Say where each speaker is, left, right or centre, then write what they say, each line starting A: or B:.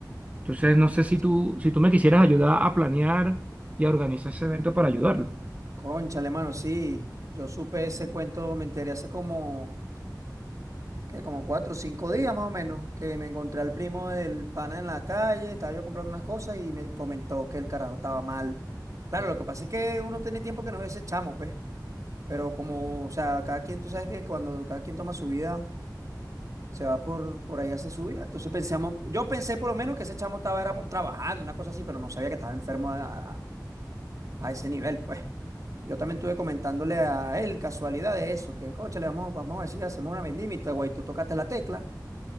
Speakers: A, on the right (about 20°); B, on the right (about 50°).
A: Entonces no sé si
B: Sí.
A: tú, si tú me quisieras ayudar a planear y a organizar ese evento para ayudarlo.
B: Cónchale, mano, sí. Yo supe ese cuento, me enteré hace como, ¿qué? Como cuatro o cinco días más o menos, que me encontré al primo del pana en la calle, estaba yo comprando unas cosas y me comentó que el carajo estaba mal. Claro, lo que pasa es que uno tiene tiempo que no ve ese chamo, pues. Pero como, o sea, cada quien, tú sabes que cuando cada quien toma su vida, se va por, por ahí hace su vida. Entonces pensamos, yo pensé por lo menos que ese chamo estaba era por- trabajando, una cosa así, pero no sabía que estaba enfermo a, a a ese nivel, pues. Yo también estuve comentándole a él casualidad de eso, que concha, le vamos, vamos a decir, hacemos una vendimita, güey, tú tocaste la tecla.